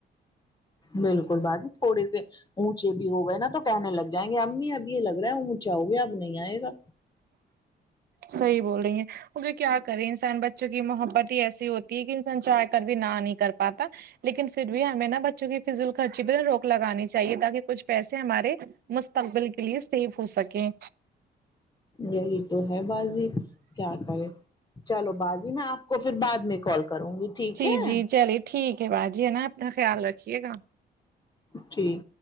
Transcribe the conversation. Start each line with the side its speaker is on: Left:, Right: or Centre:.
Left: بالکل باجی تھوڑے سے اونچے بھی ہو گئے نا تو کہنے لگ جائیں گے امی اب یہ لگ رہا ہے اونچ اونچا ہو گیا اب نہیں آئے گا
Right: صحیح بول رہی ہیں مگر کیا کرے انسان بچوں کی محبت ہی ایسی ہوتی ہے کہ انسان چاہ کر بھی نہ نہیں کر پاتا لیکن پھر بھی ہمیں نا بچوں کی فضول خرچی پہ روک لگانی چاہیے تاکہ کچھ پیسے یہ ہمارے مستقبل کے لیے سیف ہو سکے
Left: یہی تو ہے باجی کیا کرے چلو بازی میں آپ کو پھر بعد میں کال کروں گی ٹھیک
Right: جی
Left: ہے
Right: جی چلیے ٹھیک ہے باجی ہے نا اپنا خیال رکھیے گا
Left: ٹھیک